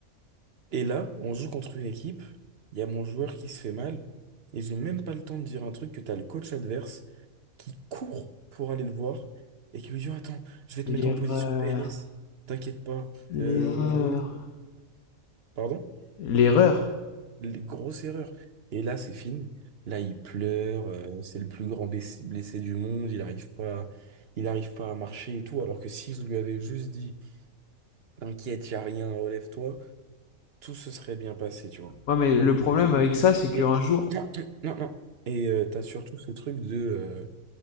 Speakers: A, on the right; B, on the left.
A: Et là, on joue contre une équipe. Il y a mon joueur qui se fait mal. Et j'ai même pas le temps de dire un truc que t'as le coach adverse qui court pour aller le voir et qui lui dit Oh, Attends, je vais te
B: L'erreur,
A: mettre en position PLS. T'inquiète pas. euh,
B: l'erreur,
A: on va faire. ça.» Pardon?
B: l'erreur.
A: L- Grosse erreur. Et là, c'est fini. Là, il pleure, euh, c'est le plus grand blessé blessé du monde, il arrive pas, il arrive pas à marcher et tout, alors que si je lui avais juste dit, t'inquiète, y a rien, relève-toi, tout se serait bien passé, tu vois.
B: Ouais, mais le
A: Donc,
B: problème
A: et-
B: avec ça,
A: et-
B: c'est qu'un
A: et-
B: jour,
A: non, non, non. Et euh, t'as surtout ce truc de euh,